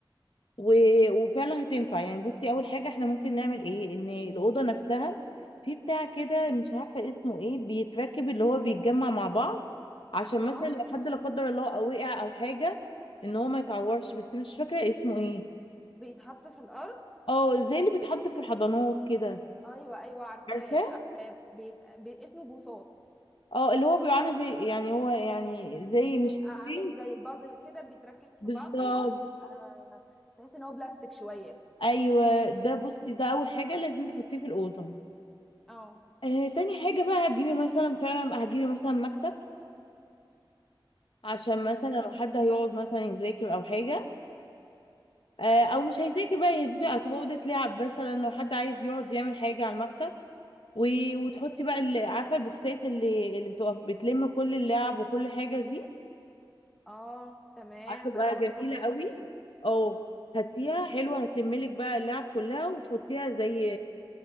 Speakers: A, on the left; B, in the centre.
A: و...
B: مم.
A: وفعلا هتنفع يعني بصي اول حاجه احنا ممكن نعمل ايه ان الاوضه نفسها في بتاع كده مش عارفه اسمه ايه بيتركب اللي هو بيتجمع مع بعض عشان
B: اه
A: مثلا لو حد لا قدر الله او وقع او حاجه ان هو ما يتعورش بس مش فاكره اسمه ايه
B: بيتحط في الارض
A: اه زي اللي بيتحط في الحضانات كده
B: ايوه ايوه عارفاه
A: عارفه
B: عارفاه بيت... بي... اسمه بوصات
A: اه اللي هو بيبقى عامل زي يعني هو يعني زي مش
B: بيبقى عامل
A: إيه؟
B: زي البازل كده بيتركب في
A: بالظبط
B: بعضه وبيبقى تحس ان هو بلاستيك شويه
A: ايوه ده بصي ده اول حاجه لازم تحطيه في الاوضه
B: اه
A: آه تاني حاجه بقى هتجيبي مثلا فعلا هتجيبي مثلا مكتب عشان مثلا
B: تمام
A: لو حد هيقعد مثلا يذاكر او حاجه آه، او مش هيذاكر بقى هي دي هتبقى اوضه لعب مثلا لو حد عايز يقعد يعمل حاجه على المكتب و... وتحطي بقى اللي عارفه البوكسات اللي اللي بتبقى بتلم كل اللعب وكل حاجه دي
B: اه تمام
A: هتبقى
B: انا برضو
A: جميله
B: فكرت
A: قوي
B: فيها
A: اه هاتيها حلوه هتلملك بقى اللعب كلها وتحطيها زي